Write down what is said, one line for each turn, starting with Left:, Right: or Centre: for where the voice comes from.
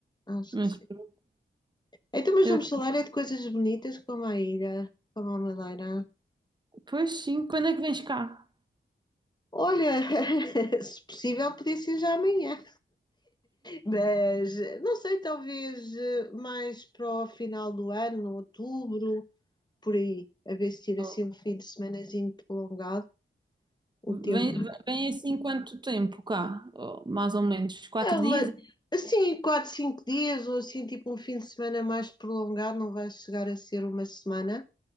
Left: acho
Right: Mas,
Left: que sim.
Right: pronto.
Left: Então, mas
Right: eu,
Left: vamos falar é de coisas bonitas como a ilha, como a Madeira.
Right: pois sim, quando é que vens cá?
Left: Olha, <laughs> se possível, podia ser já amanhã, mas não sei, talvez eh, mais para o final do ano, outubro, por aí, a ver se tira
Right: Ok.
Left: assim um fim de semanazinho prolongado, o
Right: Vem,
Left: tempo.
Right: vem assim quanto tempo cá? Oh, mais ou menos. Quatro
Left: É uma,
Right: dias?
Left: assim, quatro, cinco dias, ou assim, tipo um fim de semana mais prolongado, não vai chegar a ser uma semana.